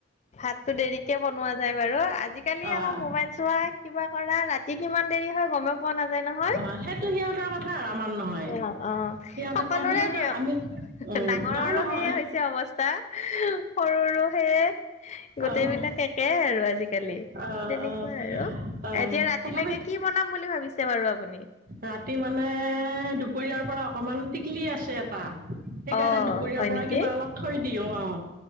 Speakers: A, on the left; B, on the right.
A: ভাতটো দেৰিকে বনোৱা যায় বাৰু আজিকালি
B: অঁ
A: আকৌ মোবাইল চোৱা কিবা কৰা ৰাতি কিমান দেৰি হয় গমেই পোৱা নাযায় নহয়।
B: অ' সেইটো সিহঁতৰ কথা। আৰু আমাৰ নহয়
A: অ অ
B: সিহঁতে
A: সকলোৰে
B: প সিহঁতক
A: দিয়ক
B: আমি
A: এ হে
B: উম
A: ডাঙৰৰো
B: নহয় নহয়
A: সেইয়ে হৈছে অৱস্থা সৰুৰো সেইয়ে গোটেই
B: অঁ
A: বিলাক একে আৰু আজিকালি তেনেকুৱা
B: অঁ অঁ
A: আৰু
B: অঁ
A: এতিয়া ৰাতিলৈকে
B: তথাপি
A: কি- কি বনাম বুলি ভাবিছে বাৰু আপুনি।
B: ৰাতি মানে দুপৰীয়াৰ পৰা অকমান টিকলি আছে এটা। সেইকাৰণে
A: অ
B: দুপৰীয়াৰ
A: হয়
B: পৰা
A: নেকি
B: কিবা অলপ থৈ দিওঁ আও